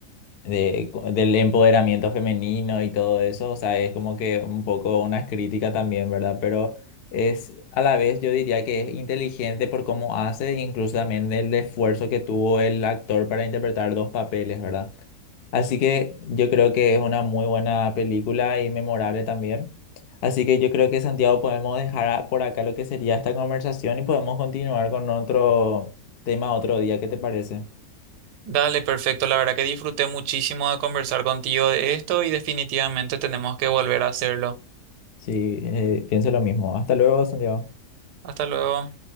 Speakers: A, on the left; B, on the right.
A: de- del empoderamiento femenino y todo eso, o sea, es como que un poco una crítica también, ¿verdad? Pero es a la vez yo diría que es inteligente por cómo hace, incluso también el esfuerzo que tuvo el actor para interpretar dos papeles, ¿verdad? Así que yo creo que es una muy buena película y memorable también. Así que yo creo que Santiago podemos dejar a- por acá lo que sería esta conversación y podemos continuar con otro tema otro día, ¿qué te parece?
B: Dale, perfecto. La verdad que disfruté muchísimo de conversar contigo de esto y definitivamente tenemos que volver a hacerlo.
A: Sí, eh, pienso lo mismo. Hasta luego, Santiago.
B: Hasta luego.